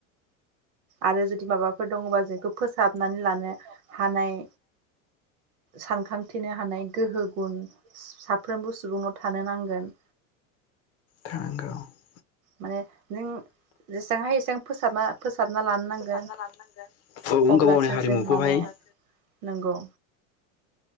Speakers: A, on the right; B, on the left.
A: आरो जुदि माबाफोर दङबा जोंखो फोसाबनानै लानो हानाय सानखांथिनो हानाय गोहो गुन साफ्रोमबो सुबुंनाव थानो नांगोन।
B: थानांगौ औ
A: माने नों जेसांहायो एसां फोसाबना फोसाबना लानो नांगोन।
B: फोसाबना लानो नांगोन
A: अब्लासो
B: औ गाव गावनि हारिमुखौहाय
A: जों माने
B: औ
A: नंगौ